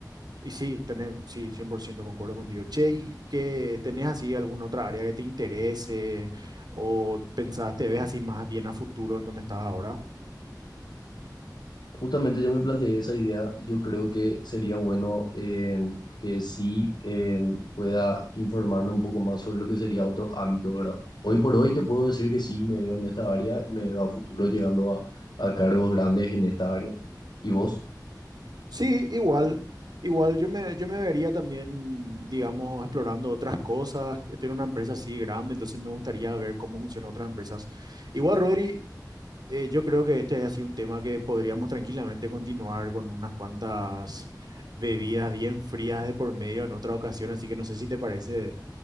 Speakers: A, on the right; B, on the left.
A: y sí, tenés, sí, 100% concuerdo contigo. Che, ¿y que tenés así alguna otra área que te interese o pensás, te ves así más bien a futuro en donde estás ahora?
B: Justamente yo me planteé esa idea y yo creo que sería bueno eh, que sí eh, pueda informarme un poco más sobre lo que sería otros ámbitos, ¿verdad? Hoy por hoy te puedo decir que sí me veo en esta área y me veo a futuro llegando a, a cargos grandes en esta área. ¿Y vos?
A: Sí, igual, igual yo me, yo me vería también, digamos, explorando otras cosas. Estoy en una empresa así grande, entonces me gustaría ver cómo funcionan otras empresas. Igual, Rodri, Eh, yo creo que este es así un tema que podríamos tranquilamente continuar con unas cuantas bebidas bien frías de por medio en otra ocasión, así que no sé si te parece